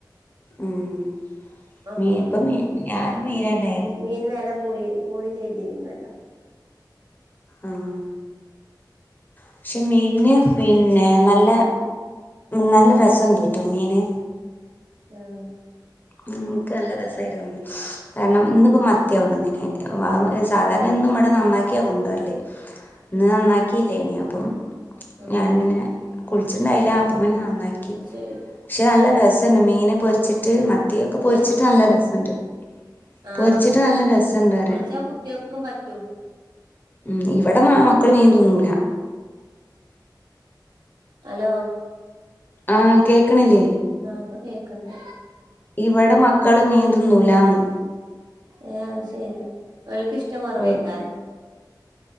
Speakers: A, on the left; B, on the right.
A: ഉം
B: അപ്പൊ
A: മീ ഇപ്പ മീ ഞാനും മീനന്നെ
B: മീന് മീന് വെല കൂടി കൂടി ചെയ്തിരുന്നല്ലോ
A: ആഹ് പക്ഷെ മീന് പിന്നെ നല്ല നല്ല രസണ്ട്ട്ടോ മീന്
B: ആഹ്
A: ഉം ക്ക് നല്ല രസായിട്ട് തോന്നി കാരണം ഇന്നിപ്പോ മത്തിയാ കൊണ്ടന്നിനെ സാധാരണ ഇന്നും ഇവിടെ നന്നാക്കിയാ കൊണ്ടുവരല്ല് ഇന്ന്
B: ഉം
A: നന്നാക്കിയില്ലേനിയോ അപ്പം
B: ആഹ്
A: ഞാനും പിന്നെ കുളിച്ചിട്ടുണ്ടായില്ല അപ്പ പിന്നെ നന്നാക്കി
B: അത് ശരി
A: പക്ഷെ നല്ല രസ <unintelligible> മീന് പൊരിച്ചിട്ട് മ ത്തി ഒക്കെ പൊരിച്ചിട്ട്
B: ഏഹ്
A: നല്ല രസണ്ട്
B: ആഹ്
A: പൊരിച്ചിട്ട് നല്ല രസണ്ട് പറയാ.
B: കൊറച്ചാ കുട്ട്യോക്കും പറ്റും
A: ഉം ഇവിടെ മാ മക്കള് മീൻ തിന്നൂല.
B: ഹലോ
A: ആഹ് കേക്കണില്ലേ?
B: ആ ഇപ്പോ കേക്കണ്ട്.
A: ഇവിടെ മക്കള് മീൻ തിന്നൂലാന്ന്.
B: ആഹ് അത് ശരി. അവൾക്ക് ഇഷ്ടം വറവേക്കാനാ.
A: ഓൽ